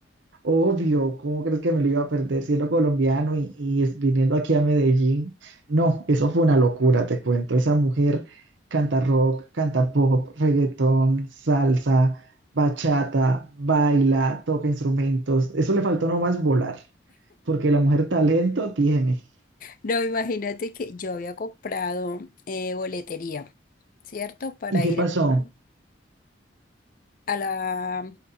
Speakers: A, on the right; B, on the left.
A: obvio, ¿cómo crees que me lo iba a perder siendo colombiano y, y es- viniendo aquí a Medellín? No, eso fue una locura, te cuento. Esa mujer canta rock, canta pop, reggaetón, salsa, bachata, baila, toca instrumentos. Eso le faltó nomás volar, porque la mujer talento tiene.
B: No, imagínate que yo había comprado eh, boletería, ¿cierto? Para
A: ¿Y qué
B: ir
A: pasó
B: a, a la